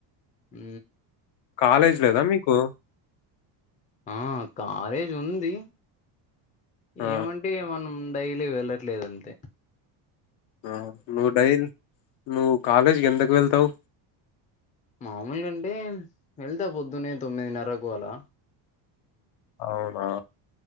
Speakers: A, on the left; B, on the left.
A: ఉ
B: కాలేజ్ లేదా మీకు
A: ఆ కాలేజ్ ఉంది
B: ఆ
A: ఏమంటే మనం డైలీ వెళ్ళట్లేదంతే
B: ఆ నువ్వు డైల్ నువ్వు కాలేజ్కి ఎందుకు వెళ్తావు
A: మామూలుగంటే వెళ్తా పొద్దునే తొమ్మిదిన్నరకు అలా
B: అవునా